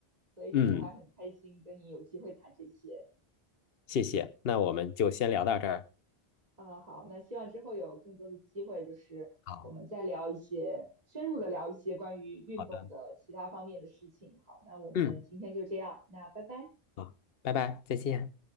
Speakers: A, on the right (about 40°); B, on the left (about 65°).
A: 所以就是还很开心跟你有机会谈这些。
B: 嗯，谢谢。那我们就先聊到这儿。
A: 啊、好，那希望之后有更多的机会，就是我们再聊一些深入的聊一些关于运动的其他方面的事情。
B: 好，好的，
A: 好，那我们今天就这样，
B: 嗯，
A: 那拜拜。
B: 好拜拜，再见。